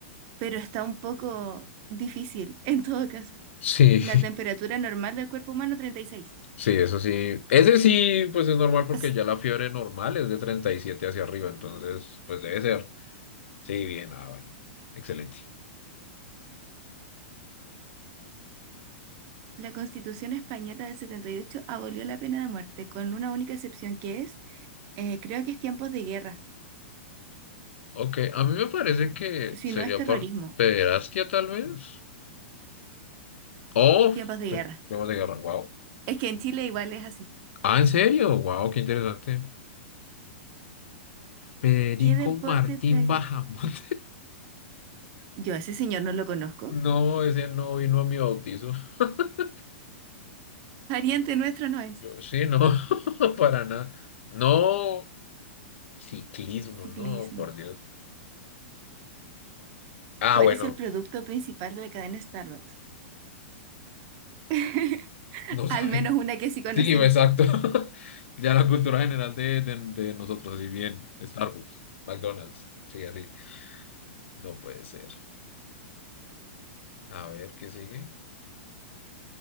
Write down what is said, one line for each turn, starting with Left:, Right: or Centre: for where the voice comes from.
Right: pero está un poco difícil en todo caso.
Left: Sí,
Right: La temperatura normal del cuerpo humano 36.
Left: sí, eso sí. Ese sí, pues es normal porque
Right: Es-
Left: ya la fiebre normal es de 37 hacia arriba, entonces, pues debe ser. Sí, bien, ah, bueno, excelente.
Right: La Constitución española del 78 abolió la pena de muerte, con una única excepción que es, eh, creo que es tiempos de guerra,
Left: Ok, a mí me parece que
Right: si
Left: sería
Right: no es terrorismo,
Left: por pederastia tal vez. Oh,
Right: tiempos de
Left: te-
Right: guerra.
Left: temas de guerra, wow.
Right: Es que en Chile igual es así.
Left: Ah, ¿en serio? Wow, qué interesante. Federico
Right: ¿Qué deporte
Left: Martín
Right: practica?
Left: Bajamón. <laughs>
Right: Yo a ese señor no lo conozco.
Left: No, ese no vino a mi bautizo. <laughs>
Right: <laughs> Pariente nuestro no es.
Left: Yo, sí, no, <laughs> para nada. No, ciclismo,
Right: Ciclismo.
Left: no, por Dios. Ah,
Right: ¿Cuál
Left: bueno,
Right: es el producto principal de la cadena Starbucks? <laughs>
Left: no sabe.
Right: Al menos una que sí conocemos.
Left: Sí, exacto. <laughs> Ya la cultura general de, de, de nosotros, y bien, Starbucks, McDonald's, sí, así. No puede ser. A ver, ¿qué sigue?